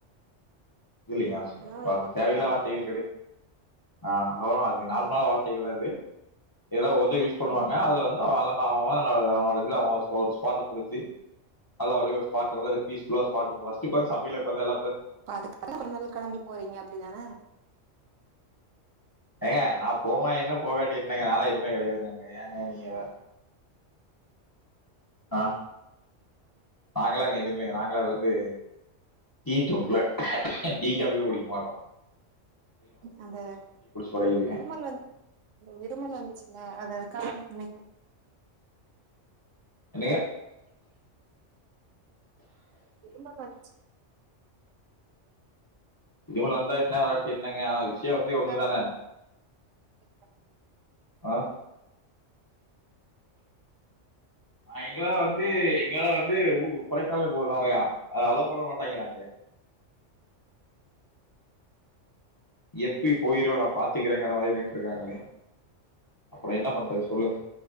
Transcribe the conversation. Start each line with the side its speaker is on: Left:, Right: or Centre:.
Left: இதில்லிங்கா யார் சொ
Right: இதெல்லா
Left: இப்ப
Right: ரொம்ப
Left: தேவையில்லாத
Right: தவறான
Left: வார்த்தைகள் கெடை ஆ அதலா அது நார்மலான
Right: ம்
Left: வார்த்தைகள்தா அது எதா ஒ யூஸ் பண்ணுவாங்க
Right: ம்
Left: அதுல வந்து அவன்லா அவ அவ அவனோட அவங்க ஒரு ஒரு <unintelligible> முடிஞ்சு நல்லா வடி பாட்ட நல்லா பீஸ்ஃபுல்லா <unintelligible> சமையலுக் வந்து எல்லா
Right: இப்ப அதுக்கு தான கொடைக்கானல் கெளம்பி போறிங்க அப்படிதான
Left: ஏங்க நா போனா என்ன போவட்டி என்ன இருந்தங்கனால நால எதுவுமே கடையாதுங்க அங்க ஏங்க நீங்க வேற அ நாங்களாங்க எதுமே நாங்களா வந்து டீடோட்லர் ஆகிய டீ காப்பி குடிக்க மாட்டோ
Right: அந்த
Left: பழகிடுங்க
Right: இருமல் வந் இருமல் வந்துச்சுல்ல அது அது காரண நெ
Left: என்னங்க
Right: இருமல் வந்ச்சு
Left: இருமல் வந்தா என்ன வாரட்டி என் என்னங்க ஆனா வி விஷியோ வந்து
Right: அதுக்காக
Left: ஒன்னுதான
Right: தா நெனைக்கிறே
Left: அ அ இங்கெல்லா வந்து இங்கல்லா வந்து உ கொடைக்கானலுக்கு <unintelligible> அலோ பண்ண மாட்டாங்கிறாங்லே எப்டி போயிருவ நா பாத்துக்கிறேங்கிற மாரியே நின்ட்ருக்காங்களே அப்புற என்ன பண்றது சொல்லுங்க